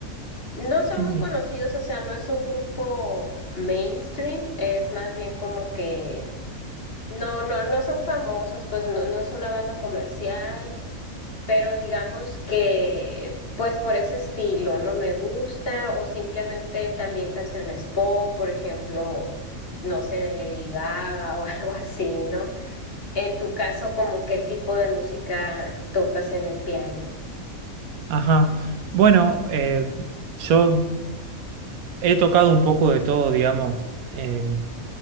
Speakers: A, on the left; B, on the right.
A: No son
B: Ah, mira.
A: muy conocidos, o sea, no es un grupo mainstream, es más bien como que, no, no, no son famosos, pues no, no es una banda comercial. pero digamos que pues por ese estilo no me gusta o simplemente también canciones pop, por ejemplo, no sé, de Lady Gaga o <laughs> algo así, ¿no? En tu caso, ¿como qué tipo de música tocas en el piano?
B: Ajá. Bueno, eh, yo he tocado un poco de todo, digamos, eh,